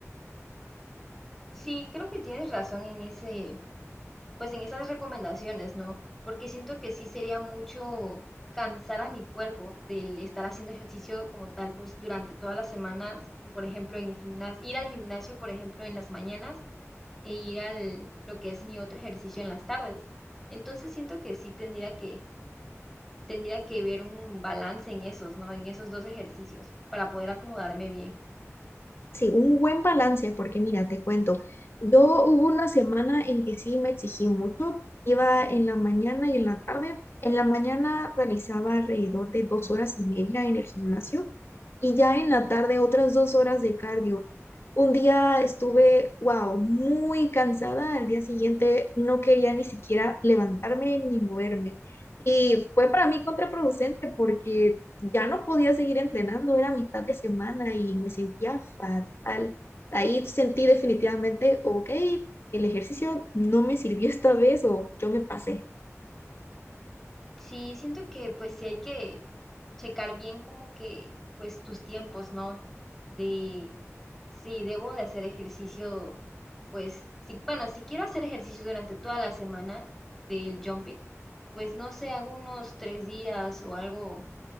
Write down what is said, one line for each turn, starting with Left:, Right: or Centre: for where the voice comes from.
Centre: Sí, creo que tienes razón en ese, pues en esas recomendaciones, ¿no? Porque siento que sí sería mucho cansar a mi cuerpo del estar haciendo ejercicio como tal, pues durante todas las semanas, por ejemplo, en el gimnasio, ir al gimnasio, por ejemplo, en las mañanas e ir al lo que es mi otro ejercicio en las tardes. Entonces siento que sí tendría que tendría que ver un balance en esos, ¿no? En esos dos ejercicios para poder acomodarme bien.
Left: Sí, un buen balance, porque mira, te cuento, yo hubo una semana en que sí me exigí mucho, iba en la mañana y en la tarde, en la mañana realizaba alrededor de dos horas y media en el gimnasio y ya en la tarde otras dos horas de cardio. Un día estuve, wow, muy cansada, al día siguiente no quería ni siquiera levantarme ni moverme y fue para mí contraproducente porque ya no podía seguir entrenando, era mitad de semana y me sentía fatal. Ahí sentí definitivamente, ok, el ejercicio no me sirvió esta vez o yo me pasé
Centre: Sí, siento que pues sí hay que checar bien como que pues tus tiempos, ¿no? De si debo de hacer ejercicio, pues sí, bueno, si quiero hacer ejercicio durante toda la semana del jump it, pues no sé, hago unos tres días o algo,